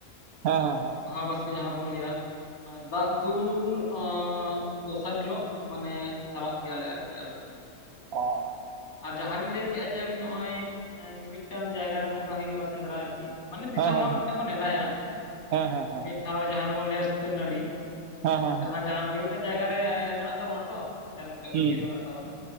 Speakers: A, on the right; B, on the left.
A: ᱦᱮᱸ ᱦᱮᱸᱦᱮᱸ
B: ᱵᱟᱦᱟ ᱵᱟᱥᱠᱮ ᱡᱟᱦᱟᱸ ᱫᱚᱵᱚᱱ ᱞᱟᱹᱭᱟ ᱢᱟᱱᱮ ᱫᱟᱜ ᱫᱩᱞ ᱚᱸᱜ ᱫᱚᱥᱟᱨ ᱦᱤᱞᱳᱜ ᱢᱟᱱᱮ ᱪᱟᱞᱟᱜ ᱜᱮᱭᱟᱞᱮ ᱟᱨᱠᱤ ᱟᱞᱮ ᱥᱮᱱ ᱫᱚ
A: ᱚ ᱚ
B: ᱟᱨ ᱡᱟᱦᱟᱸ ᱵᱤᱱ ᱞᱟᱹᱭ ᱠᱮᱜᱼᱟ ᱡᱮ ᱟᱵᱤᱱ ᱱᱚᱜᱼᱚᱭ ᱮᱸ ᱢᱤᱫᱴᱟᱝ ᱡᱟᱭᱜᱟ ᱨᱮ ᱱᱚᱝᱠᱟ ᱦᱩᱭᱩᱜᱼᱟ ᱥᱮᱸᱱᱫᱽᱨᱟ ᱟᱨᱠᱤ ᱢᱟᱱᱮ
A: ᱦᱮᱸ
B: ᱫᱤᱥᱚᱢ
A: ᱦᱮᱸ
B: ᱦᱚᱲ
A: ᱦᱮᱸ
B: ᱢᱤᱫᱴᱟᱝ ᱠᱚ ᱱᱮᱰᱟᱭᱟ
A: ᱦᱮᱸ ᱦᱮᱸ ᱦᱮᱸ
B: ᱢᱤᱫ ᱴᱷᱟᱶ ᱨᱮ ᱡᱟᱦᱟᱸ ᱫᱚᱵᱚᱱ ᱞᱟᱹᱭᱟ ᱥᱩᱛᱟᱹᱱ ᱴᱟᱺᱰᱤ
A: ᱦᱮᱸ ᱦᱮᱸ
B: ᱡᱟᱦᱟᱭ
A: ᱦᱮᱸ
B: ᱡᱟᱦᱟᱸ ᱨᱮ ᱢᱤᱫᱴᱟᱝ ᱡᱟᱭᱜᱟ ᱨᱮ ᱢᱮᱱᱟᱜ ᱛᱟᱵᱚᱱᱟ ᱛᱚ ᱡᱟᱦᱟᱱ ᱢᱤᱫᱴᱟᱝ
A: ᱦᱩᱸ
B: ᱮᱨᱤᱭᱟ ᱨᱮ ᱢᱮᱱᱟᱜ ᱛᱟᱵᱚᱱ